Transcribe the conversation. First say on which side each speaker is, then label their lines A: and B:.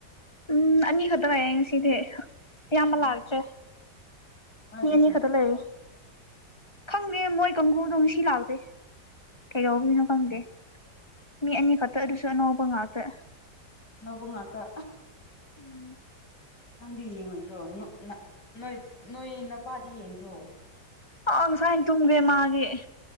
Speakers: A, on the left; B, on the left.
A: ꯎꯝ ꯑꯅꯤꯈꯛꯇ ꯍꯥꯏꯌꯦ ꯉꯁꯤꯗꯤ ꯑꯌꯥꯝꯕ
B: ꯑꯣ
A: ꯂꯥꯛꯇ꯭ꯔꯦ
B: ꯀꯥꯏ
A: ꯍꯅꯦ
B: ꯆꯠꯈ꯭ꯔꯦ
A: ꯈꯛꯇ ꯂꯩꯔꯦ ꯈꯪꯗꯦ ꯃꯣꯏ ꯀꯥꯡꯒꯨꯗꯣ ꯅꯨꯡꯁꯤ ꯂꯥꯛꯗꯦ ꯀꯩꯗꯧꯕꯤꯅꯣ ꯈꯪꯗꯦ
B: ꯑꯣ
A: ꯃꯤ ꯑꯅꯤ ꯈꯛꯇ ꯑꯗꯨꯁꯨ ꯑꯅꯧꯕ ꯉꯥꯛꯇ
B: ꯅꯧꯕ ꯉꯥꯛꯇ
A: ꯎꯝ
B: ꯅꯪꯗꯤ ꯌꯦꯡꯉꯨꯗ꯭ꯔꯣ ꯅꯣꯏ ꯅꯣꯏ ꯅꯄꯥꯗꯤ ꯌꯦꯡꯗ꯭ꯔꯣ
A: ꯑ ꯉꯁꯥꯏꯅ ꯇꯨꯝꯗ꯭ꯔꯦ ꯃꯥꯒꯤ